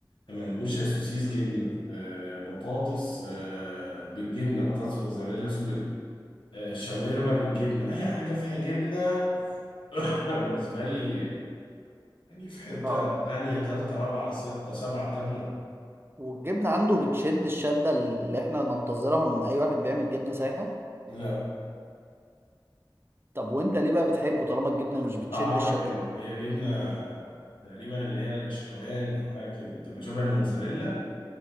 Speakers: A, on the left; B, on the right.
A: منقوشة سوسيس جبنة آه، بطاطس آه، بالجبنة بطاطس موزاريلا سوري آه، شاورما بالجبنة أي حاجة فيها جبنة <laughs> بالنسبة لي يعني في
B: <laughs>
A: حتة
B: اه
A: تانية تالتة رابعة ستة سبعة تامنة
B: والجبنه عنده بتشد الشده اللي احنا ننتظرها من اي واحد بيعمل جبنه سايحه
A: لا
B: طب وانت ليه بقى بتحبه طالما الجبنه مش بتشد
A: طعمها
B: الشده
A: حلو هي جبنة تقريبا اللي هي الأشقوان أو حاجة كده بتبقى شبه الموتزاريلا